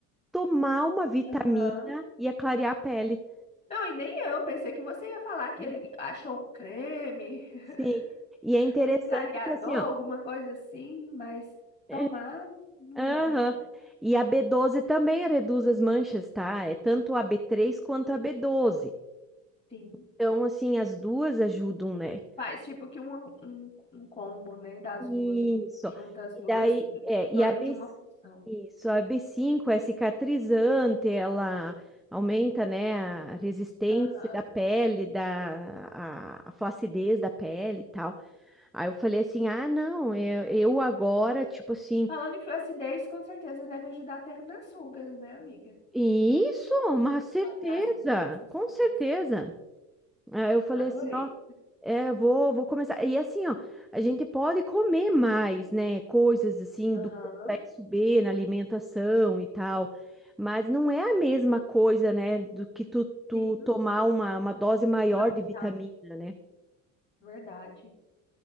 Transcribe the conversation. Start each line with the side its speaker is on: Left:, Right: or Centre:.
Centre: tomar uma vitamina
Left: Aham.
Centre: ia clarear a pele.
Left: Não, e nem eu. Pensei que você ia falar que
Centre: É,
Left: ele achou um creme,
Centre: Sim, e
Left: <laughs>
Centre: é interessante
Left: um clareador,
Centre: que assim ó
Left: alguma coisa assim, mas tomar,
Centre: é,
Left: não
Centre: Aham.
Left: imagino.
Centre: E a b doze também reduz as manchas, tá? É tanto a b três quanto a b doze.
Left: Sim.
Centre: Então, assim, as duas ajudam, né?
Left: Faz tipo que um, um, um combo, né, das
Centre: Isso.
Left: duas, um, junta as
Centre: E
Left: duas
Centre: daí,
Left: em
Centre: é,
Left: torno
Centre: e a B,
Left: de uma função.
Centre: isso, a b cinco é cicatrizante, ela aumenta, né, a resistência
Left: Aham.
Centre: da pele, da a, a flacidez da pele e tal. Aí eu falei assim: "Ah, não, eu, eu agora, tipo assim,
Left: Falando em flacidez, com certeza deve ajudar até nas rugas, né, amiga?
Centre: isso, uma certeza,
Left: Até as rugas, essas
Centre: com
Left: coisas.
Centre: certeza. Aí eu falei
Left: Adorei.
Centre: assim, ó, é, vou, vou começar. E assim, ó, a gente pode comer mais, né? Coisas assim
Left: Aham,
Centre: do complexo B na alimentação e tal, mas não é a mesma coisa, né? Do que tu, tu
Left: sim,
Centre: tomar uma, uma dose maior
Left: uma
Centre: de
Left: vitamina,
Centre: vitamina, né?
Left: verdade.